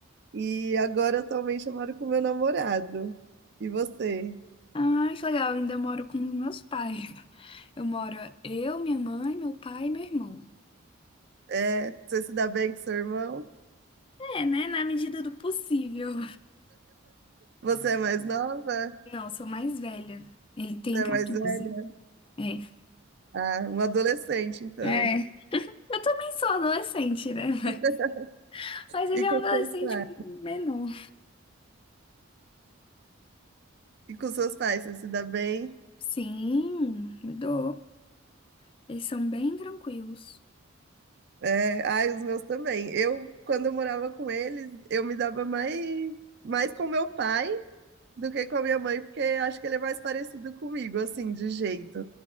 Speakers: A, on the right; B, on the left.
A: e agora atualmente eu moro com meu namorado. E você?
B: Ah, que legal, eu ainda moro com os meus pais. Eu moro eu, minha mãe, meu pai e meu irmão.
A: É, você se dá bem com seu irmão?
B: É, né? Na medida do possível.
A: Você é mais nova?
B: Não, eu sou mais velha. Ele tem
A: Você
B: 14.
A: é mais velha?
B: É.
A: Ah, um adolescente, então.
B: É. Eu também sou adolescente, né? <laughs>
A: <laughs>
B: Mas ele
A: E
B: é
A: com
B: um adolescente
A: seus pais?
B: menor.
A: E com seus pais, você se dá bem?
B: Sim, me dou. Eles são bem tranquilos.
A: É, ai, os meus também. Eu, quando eu morava com eles, eu me dava mais, mais com meu pai do que com a minha mãe, porque acho que ele é mais parecido comigo, assim, de jeito.